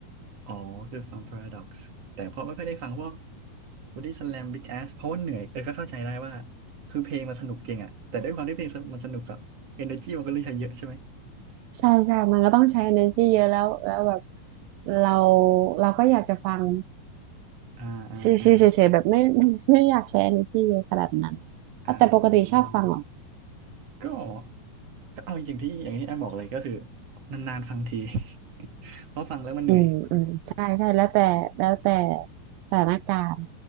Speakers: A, on the right; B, on the right.
A: อ๋อคือฟัง Paradox แต่ก็ไม่ค่อยได้ฟังพวก Body Slam Big Ass เพราะว่าเหนื่อยเออก็เข้าใจได้ว่าคือเพลงมันสนุกจริงอ่ะแต่ด้วยความที่เพลงมันสนุกอะ energy มันก็เลยใช้เยอะใช่ไหม
B: ใช่ใช่มันก็ต้องใช้ energy เยอะแล้วแล้วแบบเราเราก็อยากจะฟัง
A: อ่าอ่าอ่า
B: ชิวๆเฉยๆแบบไม่ <laughs> ไม่ไม่อยากใช้ energy เยอะขนาดนั้น
A: อ่า
B: อ่ะแต่ปกติชอบฟังเหรอ
A: ก็ก็เอาอย่างที่อย่างที่แอมบอกเลยก็คือนานๆฟังที <laughs> เพราะฟังแล้วมันเหนื่อย
B: อืมอืมใช่ใช่แล้วแต่แล้วแต่สถานการณ์